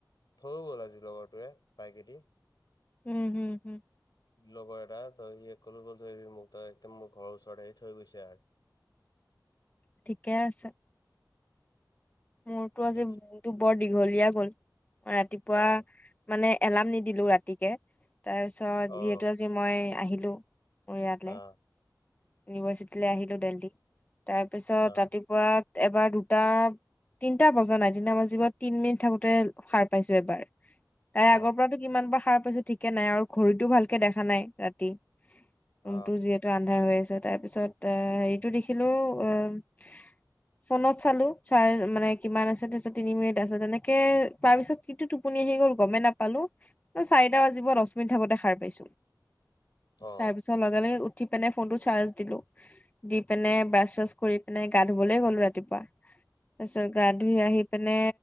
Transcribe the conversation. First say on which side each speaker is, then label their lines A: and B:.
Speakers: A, on the left; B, on the left.
A: থো গ'ল আজি লগৰটোৱে বাইকেদি।
B: উম হম হুম।
A: লগৰ এটা তই সি কলৈ গ'ল থৈ আহিবি মোক তই একদম মোৰ ঘৰৰ ওচৰৰত আহি থৈ গৈছে আৰ।
B: ঠিকে আছে। মোৰতো আজি
A: য়েছ
B: <unintelligible> বৰ দীঘলীয়া গ'ল ৰাতিপুৱা
A: অ
B: মানে এলাৰ্ম নিদিলো ৰাতিকে তাৰ পিছত
A: অ
B: যিহেতু আজি মই আহিলো। ইয়ালে
A: অ
B: ইউনিভাৰ্চিটি আহিলোঁ দেলডি। তাৰপিছত
A: অ
B: ৰাতিপুৱাত এবাৰ দুটা তিনিটা বজা নাই তিনিটা বাজিব তিনি মিনিট থাকোঁতে সাৰ পাইছো এবাৰ। তাই আগৰ
A: অ
B: পৰাতো কিমান বাৰ সাৰ পাইছো ঠিকে নাই আৰু ঘড়ীটো ভালকে দেখা নাই ৰাতি।
A: অ
B: ৰুমটো যিহেতু আন্ধাৰ হৈ আছে তাৰ পিছত আই হেৰিটো দেখিলো আহম ফোনত চালো চাৰ- মানে কিমান আছে তিনি মিনিট আছে তেনেকে তাৰ পিছত কিটো টোপনি আহি গ'ল গমে নাপ- পালোঁ। চাৰিটা বাজিব দশ মিনিট থাকোঁতে সাৰ পাইছো।
A: অ
B: তাৰপিছ- লগে লগে উঠি পিনে ফোন টো চাৰ্জ দিলোঁ। দি পিনে ব্ৰাছ চাছ কৰি পিনে গা ধুবলৈ গ'লো ৰাতিপুৱা। তাছত গা ধুই আহি পিনে